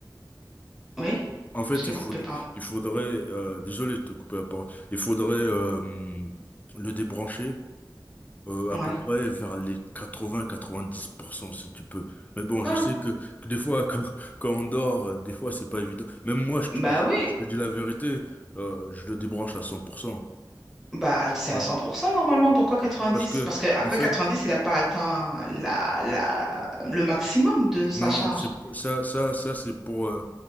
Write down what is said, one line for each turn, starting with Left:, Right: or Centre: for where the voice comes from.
Centre: oui,
Left: en fait,
Centre: je t'ai
Left: il
Centre: coupé,
Left: faudrait,
Centre: pardon.
Left: il faudrait, euh, désolé de te couper la parole, il faudrait euh, hum, le débrancher euh,
Centre: Ouais.
Left: à peu près vers les 80-90% si tu peux. Mais bon,
Centre: Quoi?
Left: je sais que, que des fois, quand, quand on dort, euh, des fois, c'est pas évident. Même moi, je
Centre: Bah
Left: te, je, te
Centre: oui,
Left: je te dis la vérité, euh, je le débranche à 100%.
Centre: Bah,
Left: tu
Centre: c'est à
Left: vois.
Centre: 100% normalement. Pourquoi quatre-vingt-dix
Left: Parce que,
Centre: Parce que après
Left: en fait,
Centre: 90 il n'a pas atteint la, la, le maximum de sa
Left: non,
Centre: charge.
Left: c'est ça, ça, ça, c'est pour euh,